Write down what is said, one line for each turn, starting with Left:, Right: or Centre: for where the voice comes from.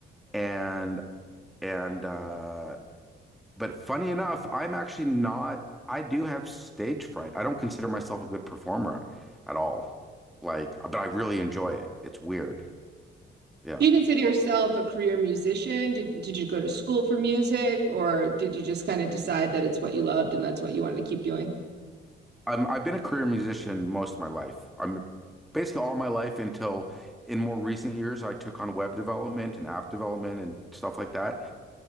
Centre: And and uh, but funny enough, I'm actually not. I do have stage fright. I don't consider myself a good performer at all. Like, but I really enjoy it. It's weird. Yeah.
Right: Do you consider yourself a career musician? Did did you go to school for music, or did you just kind of decide that it's what you loved and that's what you wanted to keep doing?
Centre: I'm, I've been a career musician most of my life. I'm basically all my life until in more recent years, I took on web development and app development and stuff like that.